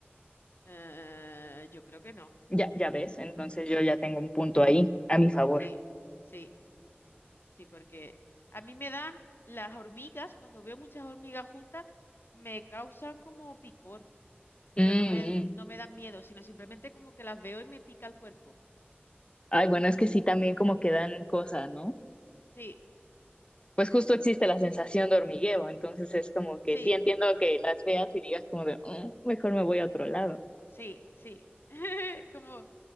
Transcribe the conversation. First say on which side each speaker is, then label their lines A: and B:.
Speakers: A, on the left (about 65°); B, on the left (about 25°).
A: eh, yo creo que no.
B: Ya, ya ves. Entonces yo ya tengo un punto ahí a mi favor.
A: Sí, sí, sí, porque a mí me dan las hormigas, cuando veo muchas hormigas juntas, me causan como picor, pero
B: Mm,
A: no me,
B: mm.
A: no me dan miedo, sino simplemente como que las veo y me pica el cuerpo.
B: Ay, bueno, es que sí también como que dan cosas, ¿no?
A: Sí,
B: pues justo existe la sensación de hormigueo, entonces es como que
A: sí,
B: sí entiendo que las veas y digas como de, "Mm, mejor me voy a otro lado.
A: Sí, sí. <laughs> Como,